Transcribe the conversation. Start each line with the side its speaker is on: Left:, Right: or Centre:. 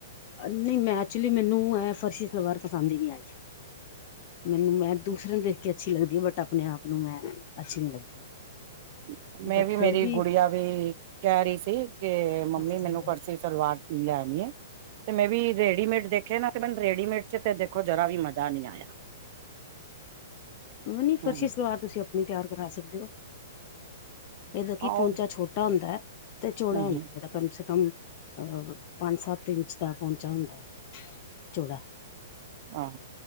Left: ਅ ਨਹੀਂ ਮੈਂ ਐਚੁਲੀ ਮੈਨੂੰ ਐ ਫਰਸ਼ੀ ਸਲਵਾਰ ਪਸੰਦ ਈ ਨੀ ਆਈ। ਮੈਨੂੰ ਮੈਂ ਦੂਸਰੇ ਨੂੰ ਦੇਖ ਕੇ ਅੱਛੀ ਲੱਗਦੀ ਏ ਬਟ ਆਪਣੇ ਆਪ ਨੂੰ ਮੈਂ ਅੱਛੀ ਨੀ ਲੱਗਦੀ।
Right: <inaudible> ਮੇਵੀ
Left: ਬਟ
Right: ਮੇਰੀ
Left: ਫਿਰ ਵੀ
Right: ਗੁੜੀਆਂ ਵੀ ਕਹਿ ਰਹੀ ਸੀ, ਕਿ ਮੰਮੀ
Left: ਹਾਂਜੀ
Right: ਮੈਨੂੰ
Left: ਹਾਂਜੀ
Right: ਫਰਸ਼ੀ ਸਲਵਾਰ ਲੈਣੀ ਆ ਤੇ ਮੇਵੀ ਰੇਡੀਮੇਡ ਦੇਖੇ ਨਾ ਤੇ ਮੈਨੂੰ ਰੇਡੀਮੇਡ ਚ ਤੇ ਦੇਖੋ ਜਰਾ ਵੀ ਮਜ਼ਾ ਨੀ ਆਇਆ।
Left: ਨਈ
Right: ਹਮ
Left: ਫਰਸ਼ੀ ਸਲਵਾਰ ਤੁਸੀਂ ਆਪਣੀ ਤਿਆਰ ਕਰਾ ਸਕਦੇ ਓ। ਇਹਦਾ ਕੀ
Right: ਆਹ
Left: ਪਹੁੰਚਾ ਛੋਟਾ ਹੁੰਦਾ, ਤੇ ਚੌੜਾ
Right: ਹਮ
Left: ਹੁੰਦਾ। ਕਮ ਸੇ ਕਮ ਅ ਪੰਜ ਸੱਤ ਇੰਚ ਦਾ ਪਹੁੰਚਾ ਹੁੰਦਾ ਚੋੜਾ।
Right: ਹਾਂ,